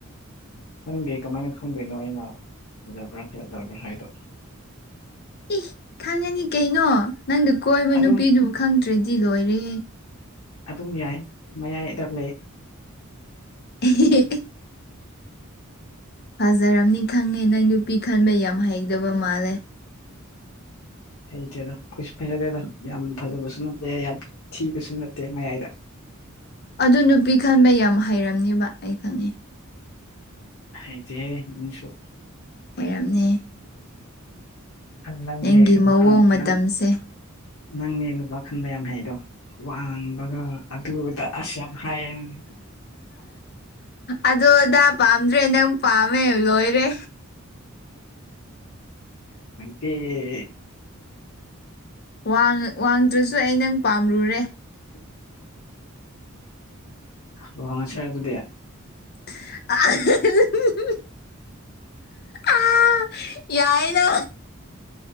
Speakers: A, on the left (about 80°); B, on the left (about 45°).
A: ꯈꯪꯗꯦ ꯀꯃꯥꯏꯅ ꯈꯪꯗꯣꯏꯅꯣ ꯑꯩꯅ ꯐꯖꯕ꯭ꯔꯥ ꯐꯖꯗꯕ꯭ꯔꯥ ꯍꯥꯏꯗꯣ꯫
B: ꯏ ꯈꯪꯉꯅꯤ ꯀꯩꯅꯣ ꯅꯪꯗ ꯀꯣꯏꯕ
A: ꯑꯗꯨꯝ
B: ꯅꯨꯄꯤꯗꯨꯕꯨ ꯈꯪꯗ꯭ꯔꯗꯤ ꯂꯣꯏꯔꯦꯍꯦ꯫
A: ꯑꯗꯨꯝ ꯌꯥꯏ ꯃꯌꯥꯏꯗ ꯂꯩ꯫
B: <unintelligible> ꯐꯖꯔꯝꯅꯤ ꯈꯪꯉꯦ ꯅꯪ ꯅꯨꯄꯤ ꯈꯟꯕ ꯌꯥꯝ ꯍꯩꯒꯗ ꯃꯥꯜꯂꯦ꯫
A: ꯍꯩꯇꯦꯗꯣ ꯀꯩꯁꯨ ꯐꯩꯖꯗꯦ ꯑꯗꯣ ꯌꯥꯝ ꯐꯖꯕꯁꯨ ꯅꯠꯇꯦ ꯌꯥꯝ ꯊꯤꯕꯁꯨ ꯅꯠꯇꯦ ꯃꯌꯥꯏꯗ
B: ꯑꯗꯨ ꯅꯨꯄꯤ ꯈꯟꯕ ꯌꯥꯝ ꯍꯩꯔꯝꯅꯤꯕ ꯑꯩ ꯈꯪꯉꯦ
A: ꯍꯩꯇꯦꯍꯦ ꯅꯪꯁꯨ
B: ꯑꯣꯏꯔꯝꯅꯤ
A: ꯅꯪ ꯅꯪꯅꯦ
B: ꯅꯪꯒꯤ
A: ꯅꯨꯄꯥ
B: ꯃꯑꯣꯡ ꯃꯇꯝꯁꯦ
A: ꯅꯪ ꯅꯪꯅꯦ ꯅꯨꯄꯥ ꯈꯟꯕ ꯌꯥꯝ ꯍꯩꯗꯣ ꯋꯥꯡꯕꯒ ꯑꯗꯨꯗ ꯑꯁ ꯌꯥꯝ ꯍꯥꯏꯌꯦ
B: ꯑꯗꯣꯗꯥ ꯄꯥꯝꯗ꯭ꯔꯦ ꯅꯪ ꯄꯥꯃꯦ ꯂꯣꯏꯔꯦ
A: ꯑꯦ
B: ꯋꯥꯡ ꯋꯥꯡꯗ꯭ꯔꯁꯨ ꯑꯩ ꯅꯪ ꯄꯥꯝꯃꯨꯔꯦ
A: <inaudible> ꯂꯨꯍꯣꯡꯉꯁꯦ ꯑꯗꯨꯗꯤ
B: ꯑꯍꯨ ꯍꯨ ꯑ ꯌꯥꯏꯅ